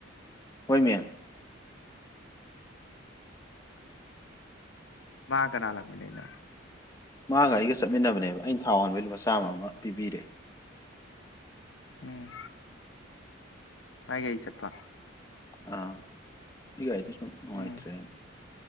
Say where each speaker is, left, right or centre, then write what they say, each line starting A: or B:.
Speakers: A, on the left; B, on the left.
A: ꯍꯣꯏꯃꯤ꯫
B: ꯃꯥ ꯀꯅꯥꯂꯥꯛꯃꯤꯟꯅꯩꯅꯣ꯫
A: ꯃꯥꯒ ꯑꯩꯒ ꯆꯠꯃꯤꯟꯅꯕꯅꯦꯕ ꯑꯩꯅ ꯊꯥꯎ ꯍꯥꯟꯕꯩ ꯂꯨꯄꯥ ꯆꯥꯝꯃ ꯑꯃ ꯄꯤꯕꯤꯔꯦ꯫
B: ꯎꯝ ꯃꯥꯏ ꯒꯥꯔꯤ ꯆꯠꯄ꯫
A: ꯑꯥ꯫ ꯑꯩꯒꯤ ꯒꯥꯔꯤꯁꯤ ꯁꯨ ꯅꯨꯡꯉꯥꯏꯇ꯭ꯔꯦ꯫
B: ꯎꯝ